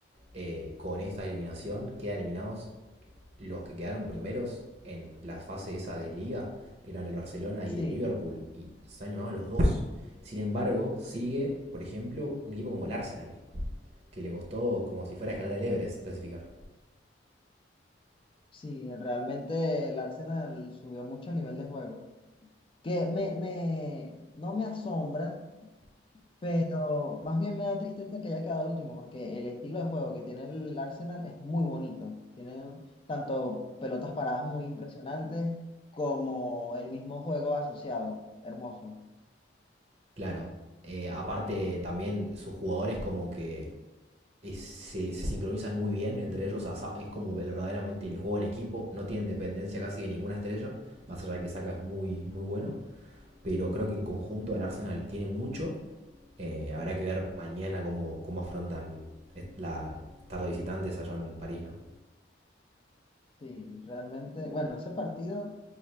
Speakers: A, on the right (about 35°); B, on the left (about 30°).
A: Eh, con esta eliminación quedan eliminados los que quedaron primeros en la fase esa de liga, que eran el Barcelona
B: Sí,
A: y el Liverpool, y están eliminados los dos. Sin embargo, sigue, por ejemplo, un equipo como el Arsenal, que le costó como si fuera a escalar el Everest clasificar.
B: Sí, realmente el Arsenal subió mucho el nivel de juego. Que me, me, no me asombra, pero más bien me da tristeza que haya quedado último, porque el estilo de juego que tiene el Arsenal es muy bonito. Tiene tanto pelotas paradas muy impresionantes como el mismo juego asociado. Hermoso.
A: Claro, eh, aparte también sus jugadores como que eh, se, se sincronizan muy bien entre ellos, o sea, es como verdaderamente el juego en equipo, no tienen dependencia casi de ninguna estrella, más allá de que Saka es muy, muy bueno, pero creo que en conjunto el Arsenal tiene mucho, eh, habrá que ver mañana cómo, cómo afrontan eh, la tarde de visitantes allá en París, ¿no?
B: Sí, realmente, bueno, ese partido